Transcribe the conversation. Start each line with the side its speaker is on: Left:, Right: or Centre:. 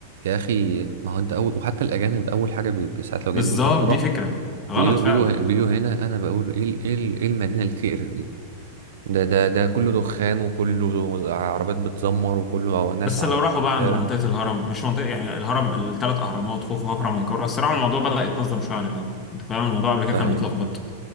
Right: يا اخي ما هو انت اول وحتى الاجانب اول حاجه بي... بي- ساعات لو جايين
Left: بالظبط
Right: بالقطوره
Left: دي فكره غلط
Right: بيجوا
Left: فعلا
Right: بيجوا بيجوا هنا انا بقول ايه ال- ايه ال- ايه المدينه اللي تقرف دي ده ده ده كله دخان وكله عربيات بتزمر وكله ناس
Left: بس
Right: على
Left: لو راحوا بقى
Right: الشارع
Left: عند منطقه الهرم مش منطقه يعني الهرم الثلاث اهرامات خوف وخفرع ومنكوره الصراحه الموضوع بدأ يتنظم شويه عن الاول انت فاهم الموضوع قبل كده
Right: ده
Left: كان متلخبط
Right: هي